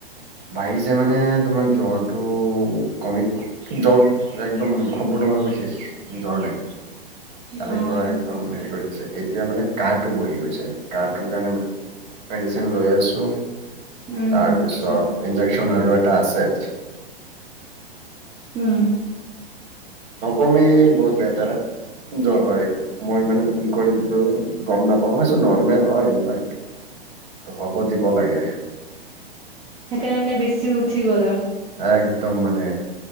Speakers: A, on the right; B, on the right.
A: বাঢ়িছে মানে তোমাৰ জ্বৰটো কমিব জ্বৰ একদম সম্পূৰ্ণভাৱে শেষ জ্বৰ নাই। কালিৰ
B: উম,
A: পৰা একদম হেৰি কৰি দিছে, এ এতিয়া মানে কাঁহটো বহি গৈছে, কাঁহটোৰ কাৰণে মেডিচিন লৈ আছোঁ।
B: উম,
A: তাৰপিছত ইঞ্জেকচন আৰু এটা আছে।
B: উম।
A: নকমে বহুত লেতেৰা জ্বৰ হয় এইটো। মই মানে ভুল কৰি দিলো গ'ম নাপাওঁ মই ভাবিছো নৰ্মেল হয় এইবিলাক। ত' হ'ব দিব লাগে।
B: সেইকাৰনে মানে বেছি উঠি গ'ল আৰু।
A: একদম মানে